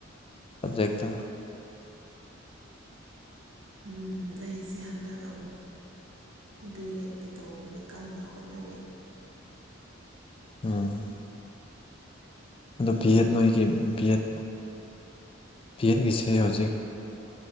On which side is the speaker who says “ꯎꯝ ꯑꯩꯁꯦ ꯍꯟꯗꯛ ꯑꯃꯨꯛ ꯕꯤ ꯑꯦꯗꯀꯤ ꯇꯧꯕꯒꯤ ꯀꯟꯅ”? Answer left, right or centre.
Right